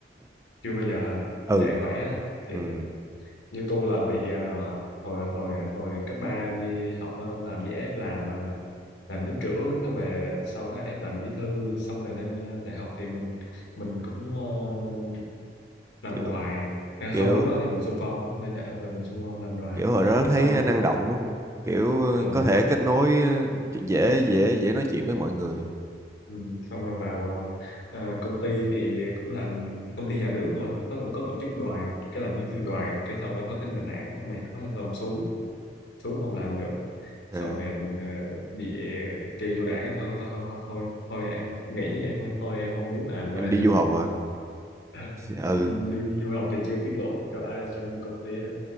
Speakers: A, on the left; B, on the right.
A: chưa bao giờ
B: ừ
A: dạy khỏe á, thiệt
B: ừ
A: á. như tôi là bị ờ, hồi hồi hồi cấp 3 đi học á, là bị ép làm ờ, làm lớp trưởng xong rồi sau đó là ép làm bí thư xong rồi lên ờ, đại học thì mình mình cũng ờ, làm
B: kiểu
A: đoàn
B: kiểu
A: không lúc đó thì mình xung phong lên đại học rồi mình xung phong làm đoàn
B: kiểu hồi đó thấy
A: xong rồi
B: năng động đúng không kiểu ờ,
A: ừ
B: có thể kết nối ờ, dễ dễ dễ nói chuyện với mọi người
A: Ừ, xong rồi vào ờ, ờ, công ty thì cũng làm công ty nhà nước mà nó cũng có tổ chức đoàn cái làm bí thư đoàn cái xong rồi thôi thấy nản nản quá, mệt quá xong xuống xuống không làm nữa
B: Ờ,
A: xong rồi ờ, bị kêu vô đảng thôi thôi, thôi thôi thôi thôi em nghỉ em thôi em không muốn làm
B: em
A: nữa
B: đi du học à
A: <laughs>
B: ừ
A: thì du du học thì chưa tiết lộ cho ai trong công ty hết